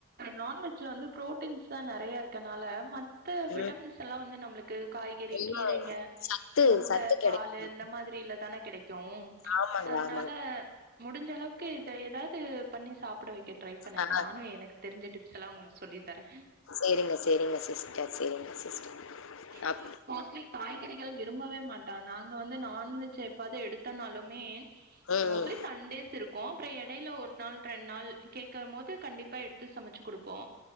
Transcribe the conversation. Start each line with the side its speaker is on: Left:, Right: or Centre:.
Right: நான்வெஜ்ல வந்து ப்ரோட்டீன்ஸ் தா நெறய இருக்கனால மட் து விட்டமின்ஸ்
Left: ம்.
Right: எல்லா வந்து நம்ளுக்கு காய்கறி
Left: எல்லாம்
Right: கீரைங்க
Left: சத்து
Right: முட்ட
Left: சத்து கிடைக்குது.
Right: பாலு இந்த மாதிரில தான கெடை க்கும்
Left: ஆமாங்க,
Right: அதனால
Left: ஆமாங்க.
Right: முடிஞ்ச அளவுக்கு இத ஏதாவ்து பண்ணி சாப்ட வைக்க ட்ரை பண்ணுங்க
Left: ஆ
Right: நானு எனக்கு தெரிஞ்ச டிப்ஸ் எல்லா உங்களுக் சொல்லி தரே
Left: செரிங்க செரிங்க சிஸ்டர் செரிங்க சிஸ்டர்
Right: ஏ
Left: அப்
Right: பையனு மோஸ்ட்லி காய்கறிகள் விரும்பவே மாட்டா நாங்க வந்து நான்வெஜ் எப்பாவ்து எடுத்தனாலுமே
Left: ம்,
Right: மோஸ்லி சன்டேஸ் இருக்கு அப்றோ எடைல ஒரு நாள் ரெண் நாள் கேக்கம்மோது கண்டிப்பா எட்த்து சமச்சு குடுப்போ